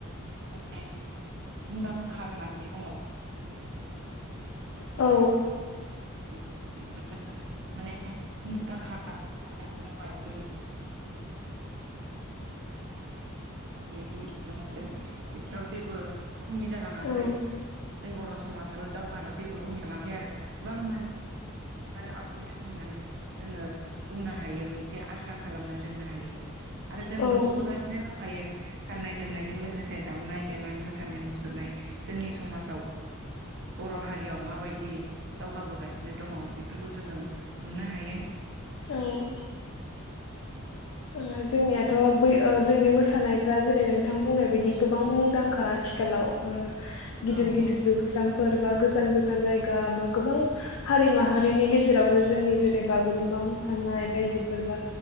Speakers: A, on the right (about 55°); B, on the left (about 70°).
A: माने मुंदांखा जानानै दंङ
B: औ
A: ए <unintelligible> माने मुंदांखा औ <unintelligible> थि मोन बेफोराव जेबो <unintelligible> खमि जालांङाखै
B: औ
A: जों बर' समाजाबो दावगानायाव जेबो खमिलांआखै आरो गोबां माने आरो आंबाय थार होननानै जोंङो बुंनो हायो मोनसे आसा खालामनानै। दोननो हायो आरो जों
B: औ
A: नुबोगासिनो दंखायो गाननाय जोमनायजों लोगोसे दामनाय देनाय मोसानाय मुसुरनाय जोंनि समाजाव बर' हारियाव माबायदि दावगाबोगासिनो बिनो दंङ। जोङो नुनो हायो।
B: औ ओ जोंनियाथ' बै ओ जोंनि मोसानायफ्रा जेरै नोंथां बुंनाय बायदि गोबां मुंदांखा आथिखालाव ओ गिदिर
A: औ
B: गिदिर जौस्रां फोर बा गोजान गोजान जायगा बा गोबां हारि माहारिनि गेजेरावनो जोंनि जेरै बागुरुमबा मोसानाय बायदिफोर बा